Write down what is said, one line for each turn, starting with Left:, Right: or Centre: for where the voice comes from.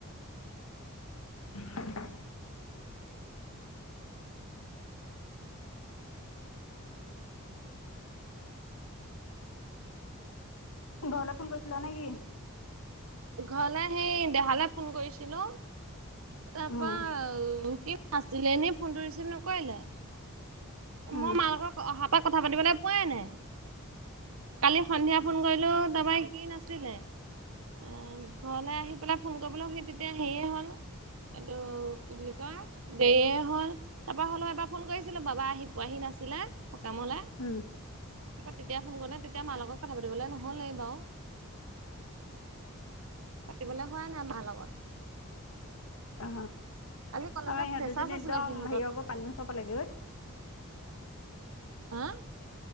Left: <inaudible> ঘৰলৈ ফোন কৰিছিলা নেকি?
Right: ঘৰলে সেই দেহালৈ ফোন কৰিছিলো তাৰপা
Left: অঁ
Right: কি আছিলে এনে ফোনটো ৰিচিভ নকৰিলে।
Left: অঁ
Right: মই মা লগত অহাৰ পৰা কথা পাতিবলৈ পোৱাই নাই কালি সন্ধিয়া ফোন কৰিলো টাপা সি নাছিলে। অ ঘৰলে আহি পেলাই ফোন কৰিবলৈ সেই তেতিয়া হেৰিয়ে হ'ল এইটো কি বুলি কয় দেৰিয়ে হল, তাৰ পৰা হলেও এবাৰ ফোন কৰিছিলো বাবা আহি পোৱাহি নাছিল। আছিল সকামলে,
Left: অঁ
Right: তেতিয়া ফোন কৰোঁতে তেতিয়া মাৰ লগত কথা পাতিবলে নহলে বাও। পাতিবলে হোৱা নাই মা লগত।
Left: অ
Right: আজি কলেজত
Left: অ ইহঁত
Right: ফেচাচ
Left: দুজনী একদম
Right: আছিলে সিহঁতৰ
Left: হেৰি আকৌ পানী ওচৰ পালে গে ঐ
Right: হাহ